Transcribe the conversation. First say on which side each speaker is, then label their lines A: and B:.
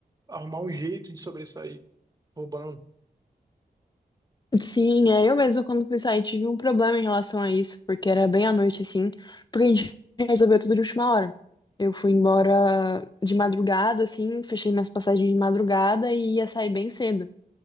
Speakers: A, on the right; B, on the left.
A: arrumar um jeito de sobressair, roubando.
B: Sim, é, eu mesma quando fui sair tive um problema em relação a isso, porque era bem à noite assim, porque a gente resolveu tudo de última hora. Eu fui embora de madrugada, assim, fechei minhas passagens de madrugada e ia sair bem cedo.